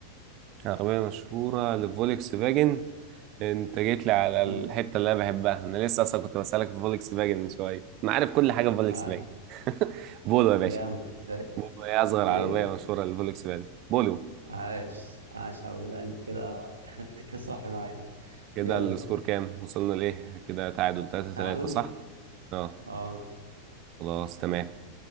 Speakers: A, on the right; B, on the right.
A: عربية مشهورة لفولكس فاجن انت جيت لي على
B: مم،
A: الحته اللي انا بحبها انا لسه اصلا كنت بسالك في فولكس فاجن من شويه انا عارف كل حاجه في فولكس
B: آه
A: فاجن <laughs> بولو يا باشا
B: جامد رايق.
A: بولو هي اصغر
B: ايه
A: عربيه مشهوره للفولكس فاجن بولو
B: عاش عاش قوي لا انت كده <laughs> انت كده صح معايا
A: كده
B: جامد
A: السكور كام وصلنا لايه كده تعادل 3
B: تعادل
A: 3 صح اه
B: اه
A: خلاص تمام